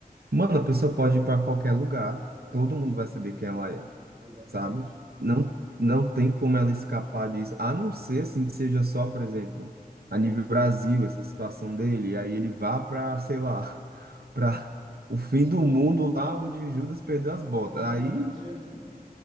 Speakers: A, on the right; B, on the right.
A: mano, a pessoa pode ir para qualquer lugar, todo mundo
B: Fi-
A: vai saber
B: essa-
A: quem ela é
B: Exatamente.
A: sabe? Não, não tem como ela escapar disso, a não ser assim que seja só, por exemplo, a nível Brasil, essa situação dele, e aí ele vá para, sei lá, <laughs> para o fim do mundo lá onde Judas perdeu
B: Para
A: as
B: a
A: botas.
B: Finlândia,
A: Aí